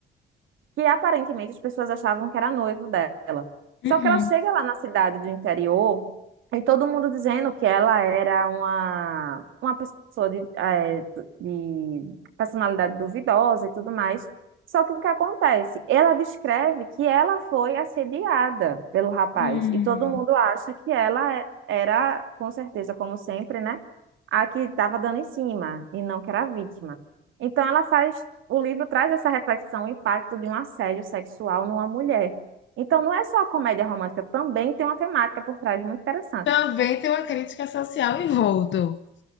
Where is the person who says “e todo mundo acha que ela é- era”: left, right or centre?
Right